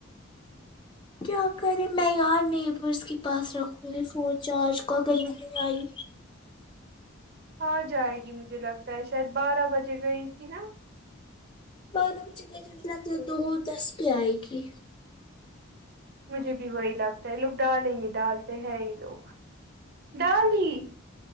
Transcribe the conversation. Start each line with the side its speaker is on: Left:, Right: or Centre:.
Left: کیا کریں میں یاں نیبرس کے پاس رکھوں گی فون چارج کگر نہیں آئی
Right: ا جائے گی مجھے لگتا ہے شاید بارہ بجے گئی تھی نا
Left: بارہ بجے گئے تھا نہ لگتے دو دس پہ آئے گی
Right: مجھے بھی وہی لگتا ہے یہ لوگ ڈالیں گے ڈالتے ہیں یہ لوگ ڈال دیئے